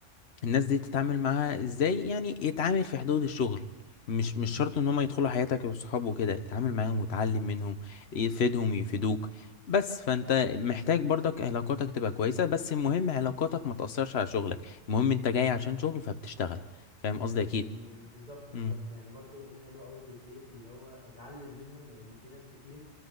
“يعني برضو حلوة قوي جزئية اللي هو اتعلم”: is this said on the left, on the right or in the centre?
Right